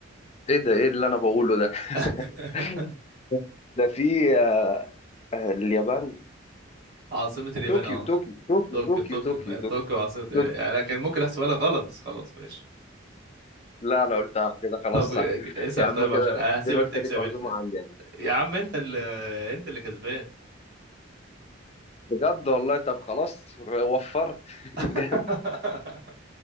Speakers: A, on the left; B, on the right.
A: ايه ده ايه اللي انا بقوله ده
B: <laughs>
A: <laughs> ده في آه، آه، اليابان
B: عاصمة اليابان
A: طوكيو
B: اه
A: طوكيو طوكيو
B: طوكيو
A: طوكيو
B: طوكيو
A: طوكيو
B: طوكيو
A: طوكيو
B: عاصمة اليابان
A: طوكيو.
B: يعني انا كان ممكن احسبها لك غلط بس خلاص ماشي
A: لا انا قلتها كده خلاص
B: طب
A: صح
B: اسأل
A: يا عم
B: طيب
A: كده
B: عشان انا هسيبك
A: كده انت
B: تكسب
A: ليك عزومة
B: انت
A: عندي يا عم
B: يا عم انت اللي انت اللي كسبان
A: بجد والله طب خلاص وفرت <laughs>
B: <laughs>
A: جامد